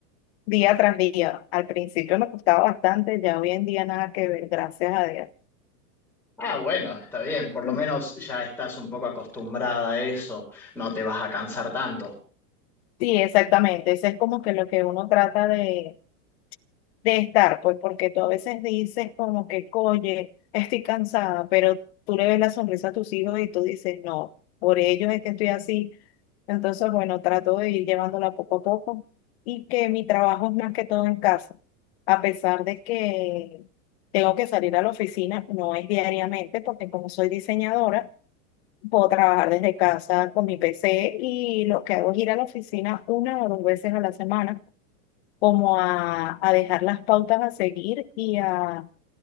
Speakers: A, on the left (about 40°); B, in the centre.
A: día tras día. Al principio me costaba bastante, ya hoy en día nada que ver, gracias a Dios.
B: Ah, bueno, está bien, por lo
A: Mm.
B: menos ya estás un poco acostumbrada a eso, no te vas a cansar tanto.
A: Sí, exactamente, eso es como que lo que uno trata de, de estar, pues porque tú a veces dices como que, oye, estoy cansada, pero tú le ves la sonrisa a tus hijos y tú dices, no, por ellos es que estoy así. Entonces, bueno, trato de ir llevándola poco a poco y que mi trabajo es más que todo en casa, a pesar de que tengo que salir a la oficina, no es diariamente, porque como soy diseñadora, puedo trabajar desde casa con mi PC y lo que hago es ir a la oficina una o dos veces a la semana, como a, a dejar las pautas a seguir y a,